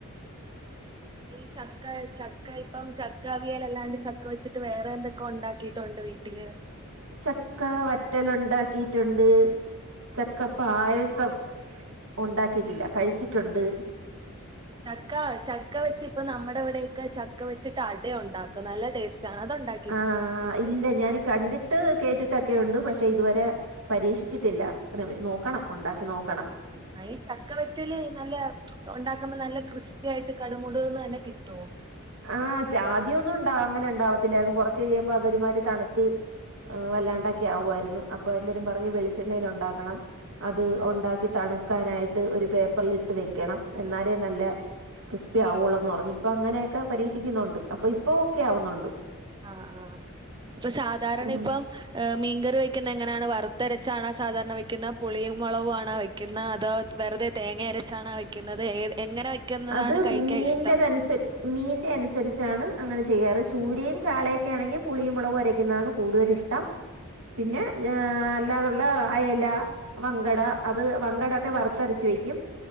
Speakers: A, on the right (about 20°); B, on the right (about 65°).
A: ഈ ചക്ക ചക്ക ഇപ്പം ചക്കാവിയൽ അല്ലാണ്ട് ചക്ക വെച്ചിട്ട് വേറെ എന്തൊക്കെ ഉണ്ടാക്കിയിട്ടുണ്ട് വീട്ട ട്ടില്
B: ചക്ക വറ്റൽ ഉണ്ടാക്കിട്ടുണ്ട്, ചക്ക പായസം ഉണ്ടാക്കിയിട്ടില്ല കഴിച്ചിട്ടുണ്ട്
A: ചക്ക ചക്ക വെച്ച് ഇപ്പോ നമ്മുടെ ഇവിടേഒക്കെ ചക്ക വെച്ചിട്ട് അട ഉണ്ടാക്കും നല്ല ടേസ്റ്റ് ആണ് അത് ഉണ്ടാക്കിയി
B: ആഹ് ഇല്ല ഞാന് കണ്ടിട്ട് ട്ട് കേട്ടിട്ടൊക്കെ ഉണ്ട് പ. ക്ഷെ ഇതുവരെ പരീക്ഷിച്ചിട്ടില്ല ശ്ര നോക്കണം ഉണ്ടാക്കി നോക്കണം
A: അതിന് ഈ ചക്കവറ്റല് നല്ല ഉണ്ടാക്കുമ്പോ നല്ല ക്രിസ്പി ആയിട്ട് കടുമുട്ന്ന് തന്നെ കിട്ടുവോ
B: ആഹ് ചാത്യേ ഒന്നും ഉണ്ടാവ അങ്ങനെ ഉണ്ടാവത്തില്ലായിരുന്നു കൊറച് കഴിയുമ്പോ അതൊരുമാതിരി തണുത്ത് വല്ലാണ്ടൊക്കെ ആവുമായിരുന്നു അപ്പൊ എല്ലാവരും പറഞ്ഞ് വെളിച്ചെണ്ണയിൽ ഉണ്ടാക്കണം അത്
A: ആഹ്
B: ഉണ്ടാക്കി തണുക്കാനായിട്ട് ഒരു പേപ്പറിൽ ഇട്ട് വെക്കണം എന്നാലേ നല്ല ക്രിസ്പി ആവു ഒള്ളെന്ന് പറഞ് ഇപ്പൊ അങ്ങനെയൊക്കെ പരീക്ഷിക്കുന്നുണ്ട് അപ്പൊ ഇപ്പൊ ഒക്കെ ആവുന്നുണ്ട്.
A: ആഹ് ആഹ് അപ്പൊ സാധാരണ
B: ഉം
A: ഇപ്പോ എഹ് മീൻകറിവെക്കുന്നെ എങ്ങനാണ്? വറുത്തരച്ചാണോ സാധാരണ വെക്കുന്നേ പുളിയും മുളകു ആണോ വെക്കു യ്ക്കുന്നോ അതോ വെറുതെ തേങ്ങ അരച്ചാണോ വെക്കുന്നത് ഏഹ് എങ്ങനെ വെക്കുന്നതാണ്
B: അത്
A: കഴിക്കാനിഷ്ട്ടം?
B: മീന്റെതനുസരി മീന്റെ അനുസരിച്ചാണ് അങ്ങനെ ചെയ്യാറ്. ചൂരയും ചാളയൊക്കെ ആണെങ്കിൽ പുളിയും മുളവും അരക്കുന്നതാണ് കൂടുതലിഷ് ട്ടം പിന്നെ ഏഹ് അയുള്ള അയല വങ്കട അത് വങ്കട ഒക്കെ വറുത്തരച്ച് വെയ്ക്കും.